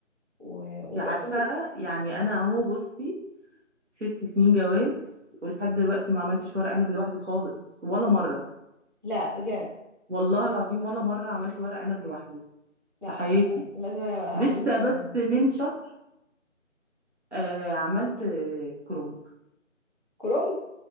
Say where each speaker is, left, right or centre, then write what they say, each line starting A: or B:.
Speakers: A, on the right (about 35°); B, on the right (about 60°).
A: و...
B: انت
A: وبقى
B: عارفه
A: كله
B: يعني انا اهو بصي ست سنين جواز ولحد دلوقتي ما عملتش ورق عنب لوحدي خالص ولا مره
A: لا بجد
B: والله العظيم ولا مره عملت ورق عنب لوحدي
A: لا
B: في حياتي
A: آه، لازم انا
B: لسه
A: اعلمك
B: بس
A: المهم
B: من شهر آه عملت آه، كرنب
A: كرنب